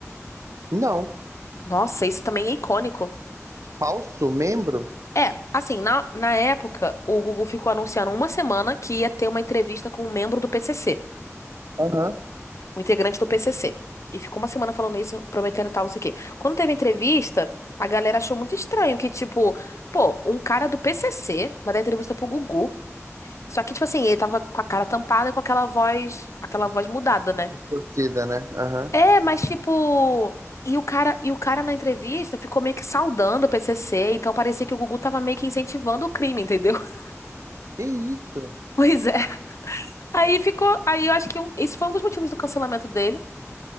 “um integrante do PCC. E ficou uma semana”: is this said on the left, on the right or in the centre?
Left